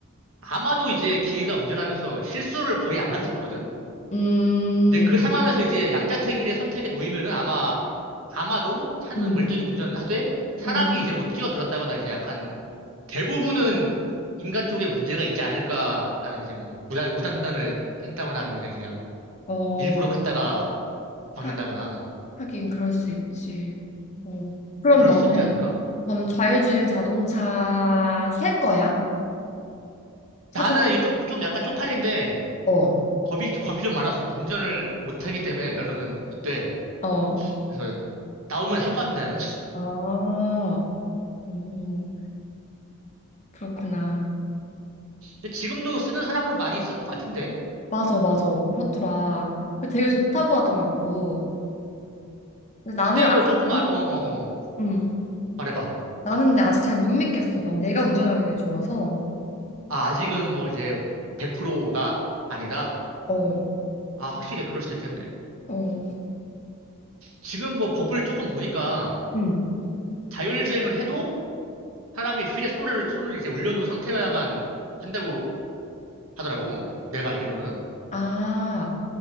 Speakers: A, on the right; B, on the left.
A: 아마도 이제 기계가 운전하면서 실수를 거의 안 만들 거거든?
B: 음,
A: 근데 그 상황에서 이제 양자택일의 선택에 놓이면은 아마, 아마도 차는
B: 응,
A: 멀쩡히 운전하되 사람이
B: 응.
A: 이제 뭐 뛰어들었다거나 이제 약간 대부분은 인간 쪽에 문제가 있지 않을까라는 이제 뭐 무단, 무단횡단을 한다거나 아니면 그냥 그냥
B: 어,
A: 일부러 갔다가
B: 하,
A: 박는다거나
B: 하긴 그럴 수 있지. 어. 그럼
A: 그럴
B: 너는
A: 수 있지 않을까?
B: 너는 자율주행 자동차 살 거야? 사고
A: 나는 이거 좀, 좀 약간 쪽팔린데
B: 싶어.
A: 겁이, 겁이 좀 많아서 운전을 못하기 때문에 면허는 있대.
B: 어.
A: 그래서 나오면 할 것 같은데, 나는.
B: 아, 오, 그렇구나.
A: 근데 지금도 쓰는 사람은 많이 쓰는 것 같은데?
B: 맞아, 맞아. 그렇더라. 그 되게 좋다고 하더라고. 근데 나는
A: 근데
B: 아직,
A: 뭐 조금
B: 못-
A: 알, 어, 어, 어.
B: 음,
A: 말해봐.
B: 나는 근데 아직 잘 못 믿겠어. 난 내가 운전하는 게 좋아서.
A: 아, 아직은 뭐 이제 100%가 아니다?
B: 어,
A: 아, 확실히 그럴 수도 있겠네.
B: 어,
A: 지금 뭐 법을 조금 보니까
B: 음.
A: 자율주행을 해도 사람이 휠에 손을, 손을 이제 올려놓은 상태여야만 한다고 하더라고. 내가 알기로는.
B: 아,